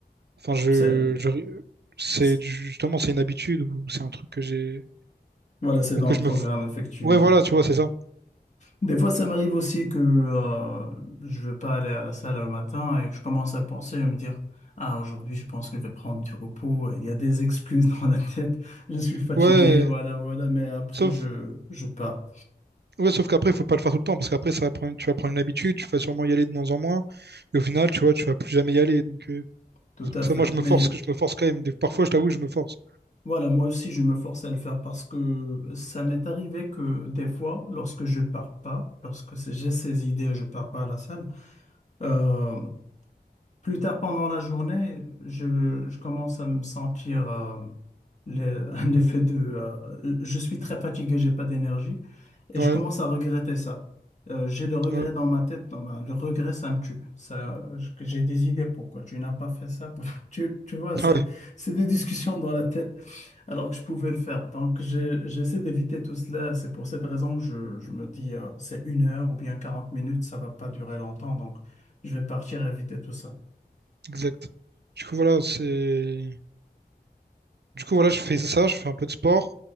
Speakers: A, on the right; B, on the left.
A: enfin je
B: C'est,
A: je c'est
B: c'est-
A: justement c'est une habitude ou c'est un truc que j'ai
B: voilà, c'est
A: ou
B: dans
A: que
B: le
A: je
B: programme,
A: me f-
B: effectivement.
A: ouais voilà tu vois c'est ça
B: Des fois, ça m'arrive aussi que euh, je veux pas aller à la salle le matin et que je commence à penser à me dire, ah, aujourd'hui, je pense que je vais prendre du repos. Il y a des excuses <laughs> dans la tête. Je suis fatigué,
A: Ouais,
B: voilà, voilà. Mais après,
A: sauf,
B: je, je pars.
A: ouais, sauf qu'après, il faut pas le faire tout le temps, parce qu'après, ça va prendre, tu vas prendre une habitude, tu vas sûrement y aller de moins en moins, et au final, tu vois, tu vas plus jamais y aller. Donc, euh,
B: Tout
A: c'est pour
B: à fait.
A: ça, moi, je me
B: Mais
A: force, je me force quand même. Des- Parfois, je t'avoue, je me force.
B: voilà, moi aussi, je me force à le faire parce que ça m'est arrivé que des fois, lorsque je pars pas, lorsque c'est- j'ai ces idées, je pars pas à la salle. euh, Plus tard pendant la journée, je, je commence à me sentir euh, le- <laughs> un effet de euh, je suis très fatigué, j'ai pas d'énergie et
A: Ouais,
B: je commence à regretter ça. Euh, j'ai le regret
A: ouais,
B: dans ma tête, dans ma- le regret ça me tue. Ça, je- que j'ai des idées pourquoi tu n'as pas fait ça. <laughs> Tu, tu vois, c'est
A: Ah ouais,
B: c'est des discussions dans la tête alors que je pouvais le faire. Donc j'ai- j'essaie d'éviter tout cela. C'est pour cette raison que je, je me dis euh, c'est une heure ou bien 40 minutes, ça va pas durer longtemps. Donc je vais partir éviter tout ça.
A: exact. Du coup, voilà, c'est. Du coup, voilà, je fais ça, je fais un peu de sport.